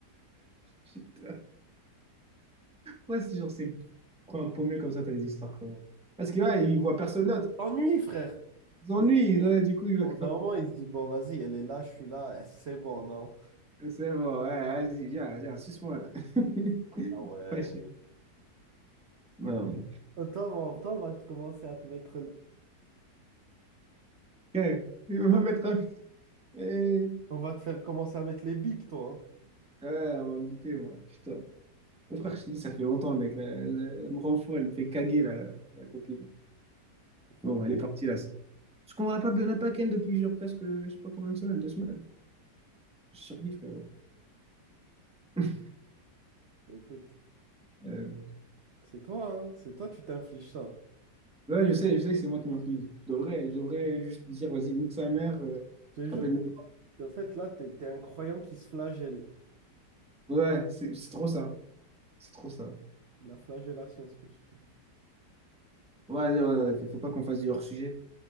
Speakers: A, in the centre; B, on the right (about 50°).
A: Putain. Ouais, c'est genre ces coins paumés comme ça, t'as des histoires comme... Parce que, ouais, ils voient personne d'autre.
B: Ennui, frère.
A: Ils s'ennuient,
B: Au
A: ouais, du coup, ils
B: bout
A: vont...
B: d'un moment, il se dit, bon, vas-y, elle est là, je suis là, eh, c'est bon, non?
A: C'est bon, ouais, vas-y, viens, viens, suce-moi, là. <laughs>
B: Ah ouais.
A: Pas Non,
B: Euh, Toi, on va, toi, on va te commencer à te mettre... les-
A: ok. Il va mettre un... Eh,
B: On va te faire commencer à mettre les bips, toi. hein.
A: Ouais, on va me piper, moi. Putain. Mon frère, je te dis, ça fait longtemps, mec. là. Elle, elle me rend fou, elle me fait caguer, la, la copine.
B: Pourquoi?
A: Bon, elle est partie, là. Parce qu'on n'a pas, on n'a pas ken depuis genre, presque, je sais pas combien de semaines, deux semaines. Je survis, frérot. <laughs>
B: Bah, écoute,
A: Euh,
B: c'est toi, hein. C'est toi, tu t'infliges ça.
A: ouais, je sais, je sais que c'est moi qui m'inflige. Je devrais, je devrais juste dire, vas-y, nique sa mère, euh,
B: Je te
A: je
B: jure,
A: rappelle mes...
B: en fait, là, t'es, t'es un croyant qui se flagelle.
A: Ouais, c'est c'est trop ça. C'est trop ça.
B: De la flagellation, ce que tu fais.
A: Ouais, ouais, ouais, ouais, faut pas qu'on fasse du hors-sujet.